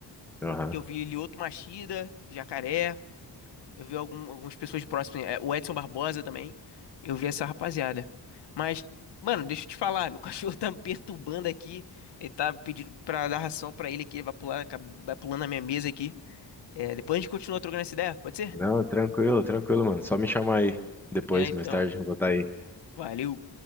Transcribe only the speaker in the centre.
Aham.
Não, tranquilo, tranquilo, mano. Só me chamar aí depois,
mais tarde, eu vou estar aí.